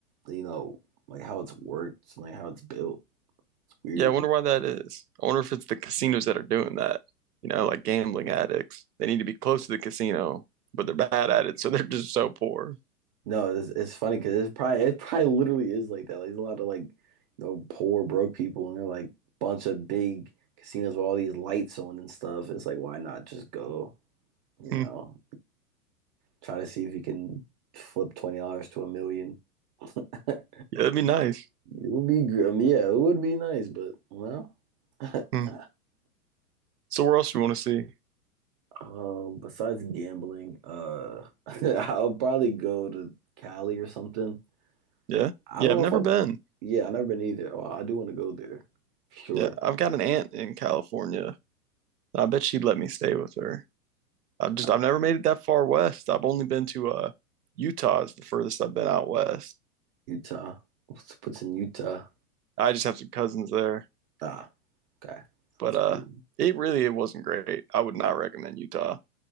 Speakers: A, on the right (about 30°); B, on the right (about 85°).
A: you know, like how it's worked, like how it's built. It's weird.
B: Yeah, I wonder why that is. I wonder if it's the casinos that are doing that. You know, like gambling
A: Yeah.
B: addicts. They need to be close to the casino, but they're bad at it, so <laughs> they're just so poor.
A: No, it's, it's funny because it's probably it probably literally is like that. Like there's a lot of like, you know, poor broke people, and they're like bunch of big casinos with all these lights on and stuff. It's like why not just go, you
B: Hmm.
A: know, try to see if you can flip twenty dollars to a million. <laughs>
B: Yeah, that'd be nice.
A: It would be, gr- I mean, yeah, it would be nice, but well, <laughs>
B: Hmm. So where else do you want to see?
A: um, besides gambling, uh, <laughs> I'll probably go to Cali or something.
B: Yeah.
A: I
B: Yeah,
A: don't
B: I've
A: know
B: never
A: if I,
B: been.
A: yeah, I've never been either. Oh, I do want to go there, sure.
B: Yeah, I've got an aunt in California. I bet she'd let me stay with her. I've just
A: Not
B: I've never made it that far west. I've only been to uh Utah is the furthest I've been out west.
A: Utah. What's, what's in Utah?
B: I just have some cousins there.
A: Ah, okay, sounds
B: But uh,
A: cool.
B: it really it wasn't great. I would not recommend Utah.